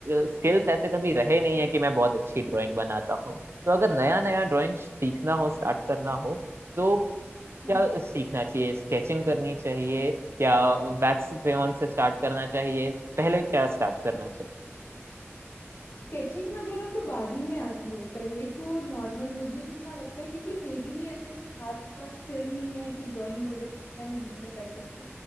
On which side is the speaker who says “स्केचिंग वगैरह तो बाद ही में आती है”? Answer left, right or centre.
Left